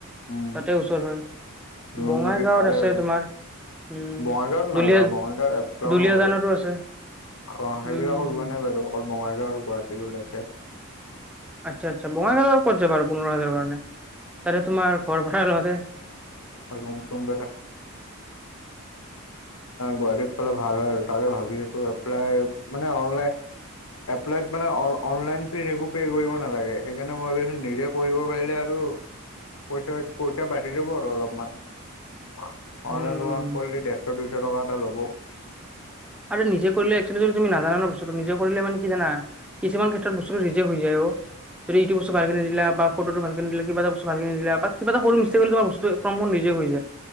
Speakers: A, on the left; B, in the centre.
A: উম
B: তাতে ওচৰ হয়।
A: নুনমাটিত
B: বঙাইগাঁৱত
A: পালে
B: আছে
A: আৰু।
B: তোমাৰ। উম,
A: বঙাইগাঁৱত নাযাওঁ
B: দুলিয় দুলিয়াজানতো
A: বঙাইগাঁও এপ্লাইও নকৰো।
B: আছে।
A: অ, সেইবিলাকো
B: উম
A: লোৱা নাই বাৰু অকল বঙাইগাঁও আৰু গুৱাহাটীৰো লকে
B: আচ্ছা, আচ্ছা বঙাইগাঁও কৰ যাবা আৰু পন্ধৰ হাজাৰৰ কাৰণে তে তোমাৰ ঘৰ ভাৰালহাতে।
A: ৰৰুম <unintelligible> গুৱাহাটীত পালে ভাল হয় আৰু তাকে ভাবি আছো এপ্লাই মানে অনলাইন এপ্লাই মানে অনলাইন ফি একো পে কৰিব নালাগে। সেইকাৰণে মই ভাবছ নিজে কৰিব পাৰিলে আৰু পইচা পইচা বাচি যাব। অলপ অনলাইন
B: উম
A: দোক কৰিলে দেৰশ দুইশ টকা এটা ল'ব।
B: আৰু নিজে কৰিলে এক্সুৱেলী যদি তুমি নাজানা ন বস্তুটো নিজে কৰিলে মান কি জানা? কিছুমান ক্ষেত্ৰত
A: উম,
B: বস্তুটো ৰিজেক্ট হৈ যায় অ। যদি ইটটো বস্তু ভালে নিল বা ফটো ভালেদিল কিব এটা ব্ত ভালক নিল বা কিবা এটা সৰু মিচটেক কৰিলে তোৰ বস্তুটো ফৰ্মত নিজে হয়।